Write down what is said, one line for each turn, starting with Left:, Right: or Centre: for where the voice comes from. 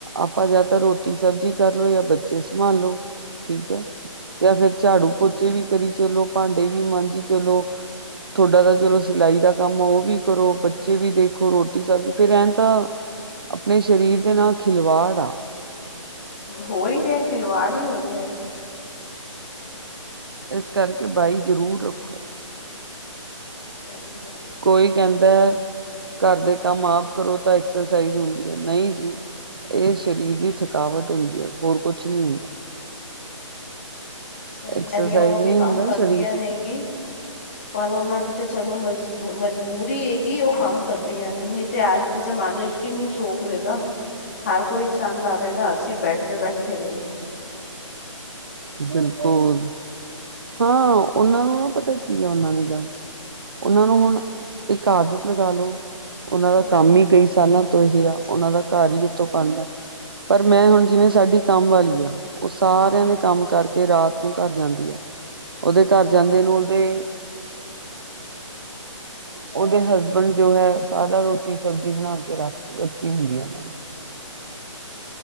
Right: ਆਪਾਂ ਜਾ ਤਾਂ ਰੋਟੀ ਸਬਜ਼ੀ ਕਰ ਲਓ ਜਾਂ ਬੱਚੇ ਸ ਭਾਲ ਲ਼ੋ ਠੀਕ ਐ ਯਾ ਫਿਰ ਝਾੜੂ ਪੋਚੀ ਵੀ ਕਰੀ ਚਲੋ ਭਾਂਡੇ ਵੀ ਮਾਂਝੀ ਚਲੋ ਥੋਡਾ ਤਾਂ ਚਲੋ ਸਿਲਾਈ ਦਾ ਕੰਮ ਉਹ ਵੀ ਕਰੋ ਬੱਚੇ ਵੀ ਦੇਖੋ ਰੋਟੀ ਸਬ ਫਿਰ ਐ ਤਾਂ ਆਪਣੇ ਸਰੀਰ ਦੇ ਨਾਲ ਖਿਲਵਾੜ ਆ
Left: ਹੋ ਈ ਰਿਹਾ ਖਿਲਵਾੜ ਹੀਂ ਹੋ ਰਿਹਾ
Right: ਇਸ ਕਰਕੇ ਬਾਈ ਜ਼ਰੂਰ ਰੱਖੋ
Left: ਸਹੀ ਗੱਲ ਹੈ <inaudible>
Right: ਕੋਈ ਕਹਿੰਦਾ ਐ ਘਰ ਦੇ ਕੰਮ ਆਪ ਕਰੋ ਤਾਂ ਐਕਸਰਸਾਈਜ਼ ਹੁੰਦੀ ਐ ਨਹੀਂ ਜੀ ਇਹ ਸਰੀਰ ਦੀ ਥਕਾਵਟ ਹੁੰਦੀ ਐ ਹੋਰ ਕੁਝ ਨਹੀਂ ਹੁੰਦਾ
Left: ਸਹੀ
Right: ਐਕਸਰਸਾਈਜ਼
Left: ਸਾਰੀਆਂ ਉਹ ਵੀ
Right: ਨਹੀਂ ਹੁੰਦਾ
Left: ਕੰਮ ਕਰਦੀਆਂ
Right: ਸਰੀਰ ਦੀ
Left: ਨੇਗੀ
Right: ਥਕਾ
Left: ਪਰ ਉਹਨਾਂ ਦੀ ਤੇ ਚਲੋ ਮਜ ਮਜਬੂਰੀ ਏ ਉਹ ਕੰਮ ਕਰਦੀਆਂ ਨ ਤੇ ਅੱਜ ਦੇ ਜਮਾਨੇ ਚ ਕੀਹਨੂੰ ਨੂੰ ਸ਼ੌਂਕ ਹੋਏਗਾ ਹਰ ਕੋਈ ਚਾਨਦਾ ਹੋਵੇਗਾ ਅਸੀਂ ਬੈਡ ਤੇ ਬੈਠੇ ਰਹੀ
Right: ਬਿਲਕੁਲ ਹਾਂ ਉਹਨਾਂ ਨੂੰ ਨਾ ਪਤਾ ਕੀ ਆ ਉਹਨਾਂ ਦੀ ਗੱਲ ਉਹਨਾਂ ਨੂੰ ਹੁਣ ਇ ਆਦਤ ਲਗਾ ਲੋ ਉਹਨਾਂ ਦਾ
Left: ਹਮ
Right: ਕੰਮ ਈ ਕਈ ਸਾਲਾਂ ਤੋ ਹੀ ਆ ਉਹਨਾਂ ਦਾ ਘਰ ਹੀ ਇਥੋਂ ਬਣਦਾ ਪਰ ਮੈਂ ਹੁਣ ਜਿਵੇਂ ਸਾਡੀ ਕੰਮ ਵਾਲੀ ਆ ਉਹ ਸਾਰਿਆਂ
Left: ਹਮ
Right: ਦੇ ਕੰਮ ਕਰਕੇ ਰਾਤ ਨੂੰ ਘਰ ਜਾਂਦੀ ਆ ਉਹਦੇ
Left: ਹਮ
Right: ਘਰ ਜਾਂਦੇ ਨੂ ਉਹਦੇ ਉਹਦੇ ਹਸਬੈਂਡ ਜੋ ਹੈ ਸਾਰਾ ਰੋਟੀ ਸਬਜ਼ੀ ਬਣਾ ਕੇ ਰੱਖ ਰੱਖੀ ਹੁੰਦੀ ਹੈ ਓਹਨਾਂ